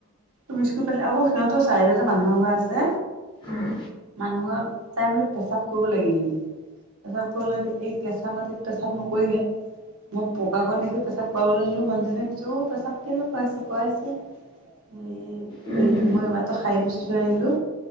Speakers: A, on the right; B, on the left.
A: তুমিছকো পত আ! সিহঁতৰ চাৰিদটা মানুহৰ ঘৰ আছে
B: উম
A: মানুহ ঘৰত টাইম পেচাব কৰিব লাগিলে পেচাব কৰিব লে এই কেঁচা মাটিত পেচাব নকৰিলে মোক, পকাাকণ দেখি পেচাব কৰাবলৈ নিলোঁ মানুহজনে কৈছ অ' পেচাব কেনেকুৱাইছোঁ কুৱাইছে এই
B: উম
A: এই
B: উম
A: মই ইবাতো খাইি বুচি থৈ আহিলোঁ